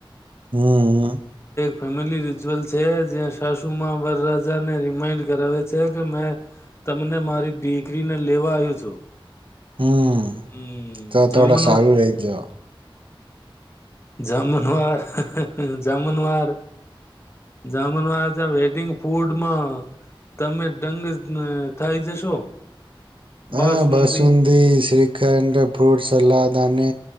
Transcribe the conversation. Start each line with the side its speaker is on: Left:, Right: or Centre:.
Right: હમ.
Left: ફેમિલી રિચ્યુઅલ છે જ્યાં સાસુ માં વરરા ને રિમાઈન્ડ કરાવે છે કે મેં, તમને મારી દિગરીને લેવા આવ્યું છું.
Right: હમ્મ.
Left: હમ
Right: તો
Left: જેમન
Right: થોડા
Left: હમ.
Right: સારું
Left: હ <inaudible>
Right: રહીજો.
Left: જામનવાર. જામનવાર. જામનવાર વેડિંગ ફૂડમાં, તમે ડંગ થઈ જશો. બાસુંદી
Right: હ બસુંંધી, શ્રીખંડ, ફ્રૂટ સલાદ અને